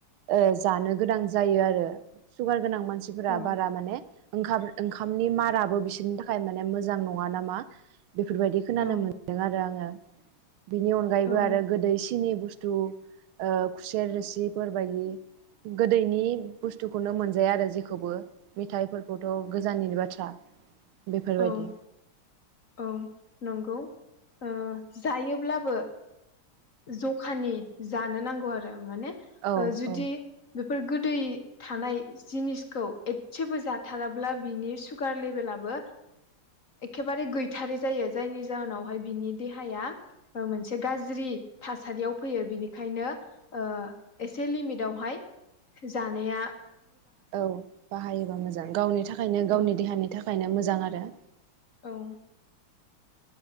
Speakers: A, on the right; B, on the left.
A: ओ जानो गोनां जायो आरो सुगार गोनां मानसिफोरा
B: औ
A: बारा माने ओंखाम ओंखामनि माराबो बिसोरनि थाखाय माने मोजां नङा नामा! बेफोरबायदि खोनानो
B: औ
A: मोन्दों आरो आङो बिनि अनगायैबो
B: औ
A: आरो गोदै सिनि बुस्थु ओ खुसेर रोसिफोरबायदि गोदैनि बुस्थुखौनो मोनजाया आरो जेखौबो मेथाइफोरखौथ' गोजाननिनो बाथ्रा! बेफोरबायदि
B: औ औ नंगौ! ओ जायोब्लाबो जखानि जानो नांगौ आरो माने
A: औ
B: जुदि
A: औ
B: बेफोर गोद दै थानाय जिनिसखौ एसेबो जाथाराब्ला बिनि सुगार लेभेलाबो एखेबारे गैथारै जायो जायनि जाहोनावहाय बिनि देहाया मोनसे गाज्रि थासारियाव फैयो बिनिखायनो ओ एसे लिमिटवाहाय जानाया
A: औ बाहायोबा मोजां गावनि थाखायनो गावनि
B: औ
A: देहानि थाखायनो मोजां आरो
B: औ!